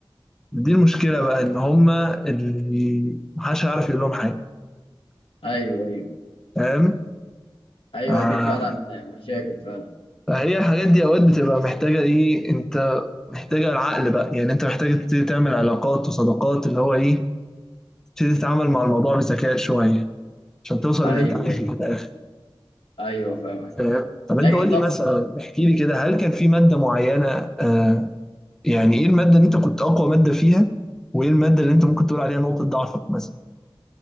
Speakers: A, in the centre; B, on the left.
A: دي المشكله بقى ان هما اللي محدش هيعرف يقول لهم حاجه
B: ايوه ايوه
A: فاهم
B: ايوه
A: ف-
B: دي فعلا مشاكل فعلا
A: فهي الحاجات دي اوقات بتبقى محتاجه ايه انت محتاجه العقل بقى يعني انت محتاج تبتدي تعمل علاقات وصداقات اللي هو ايه تبتدي تتعامل مع الموضوع بذكاء شويه عشان توصل
B: ايوه
A: اللي انت عايزه
B: ايوه
A: في الاخر
B: ايوه فاهم
A: فاهم طب
B: نجي
A: انت قول
B: طب
A: لي مثلا احكي لي كده هل كان في ماده معينه آه يعني ايه الماده اللي انت كنت اقوى ماده فيها وايه الماده اللي انت ممكن تقول عليها نقطه ضعفك مثلا